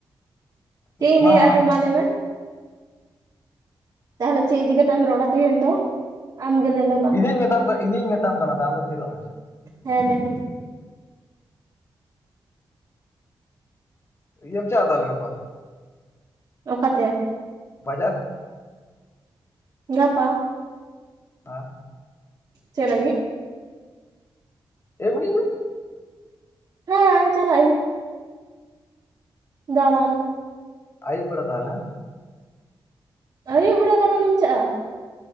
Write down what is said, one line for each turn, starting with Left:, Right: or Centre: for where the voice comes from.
Right: ᱪᱮᱫ ᱤᱧ
Left: <unintelligible> ᱦᱟᱻ
Right: ᱞᱟᱹᱭᱟ ᱟᱫᱚ ᱢᱟ ᱞᱟᱹᱭ ᱢᱮ ᱛᱟᱦᱟᱞᱮ ᱪᱮᱫ ᱤᱫᱤ ᱠᱟᱛᱮᱢ ᱨᱚᱲ-ᱟ ᱛᱮᱦᱮᱧ ᱫᱚ ᱟᱢ ᱜᱮ ᱞᱟᱹᱭ ᱢᱮ ᱢᱟ
Left: ᱤᱧ ᱢᱮᱛᱟᱢ ᱠᱟ ᱤᱧᱤᱧ ᱢᱮᱛᱟᱢ ᱠᱟᱱᱟ ᱛᱚ ᱟᱢ ᱫᱚ ᱛᱷᱤᱨᱚᱜ ᱢᱮ ᱥᱮ
Right: ᱦᱮᱸ ᱞᱮ ᱵᱤᱱ
Left: ᱤᱭᱟᱹᱢ ᱪᱟᱜ-ᱟ ᱛᱟᱦᱟᱞᱮ ᱜᱟᱯᱟ
Right: ᱚᱠᱟ ᱛᱮ
Left: ᱵᱟᱡᱟᱨ
Right: ᱜᱟᱯᱟ
Left: ᱦᱟ
Right: ᱪᱮᱫ ᱞᱟᱹᱜᱤᱫ
Left: ᱮᱢᱱᱤ ᱜᱮ
Right: ᱦᱮᱸ ᱪᱟᱞᱟᱜ ᱟᱧ ᱫᱟᱲᱟᱱ
Left: ᱟᱹᱭᱩᱵ ᱵᱮᱲᱟ ᱛᱟᱦᱟᱞᱮ
Right: ᱟᱹᱭᱩᱵ ᱵᱮᱲᱟ ᱫᱟᱲᱟᱱ ᱮᱢ ᱪᱟᱞᱟᱜᱼᱟ